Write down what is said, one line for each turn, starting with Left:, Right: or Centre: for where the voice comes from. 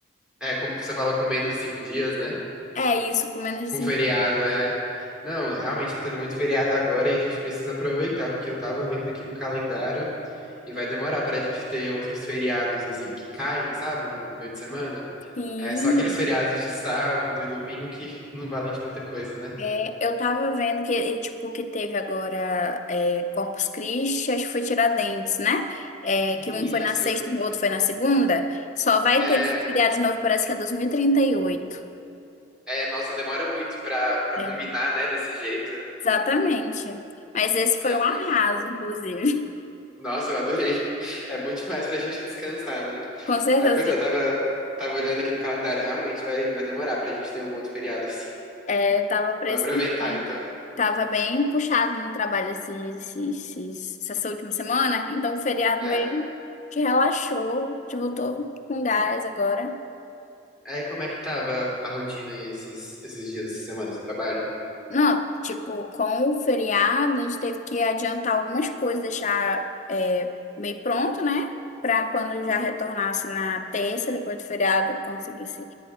Centre: É, como que você fala, com menos de cinco dias, né?
Left: É isso, com menos de
Centre: Com
Left: cinco.
Centre: feriado, é. Não, realmente tá tendo muito feriado agora e a gente precisa aproveitar, porque eu tava vendo aqui no calendário e vai demorar pra gente ter outros feriados assim que caem, sabe, no, no meio de semana.
Left: Sim,
Centre: É só aqueles feriados de sábado e domingo que <laughs> não valem de muita coisa, né?
Left: é, eu tava vendo que, é, tipo, que teve agora é, Corpus Christi, acho que foi Tiradentes, né? É,
Centre: Isso.
Left: que um foi na sexta, o outro foi na segunda. Só vai
Centre: É,
Left: ter esse feriado de novo, parece que é 2038.
Centre: É, nossa, demora muito pra, pra
Left: É.
Centre: combinar, né, desse jeito.
Left: Exatamente. Mas esse foi
Centre: É,
Left: um arraso,
Centre: pois é.
Left: inclusive.
Centre: Nossa, eu adorei. <laughs> É bom demais pra gente descansar, né?
Left: <laughs> Com certeza.
Centre: Aí, pois é, eu tava, tava olhando aqui no calendário, realmente vai, vai demorar pra gente ter um outro feriado assim.
Left: É, tava precisando.
Centre: Vamos aproveitar, então.
Left: Tava bem puxado no trabalho esse, esse- esses- essa última semana. Então, o feriado
Centre: É.
Left: aí te relaxou, te voltou com gás agora.
Centre: Aí, como é que tava a rotina aí esses, esses dias, essas semanas no trabalho?
Left: Não, tipo, com o feriado, a gente teve que adiantar algumas coisas, deixar é, meio pronto, né? Pra quando já
Centre: Uhum.
Left: retornasse na terça, depois do feriado, conseguisse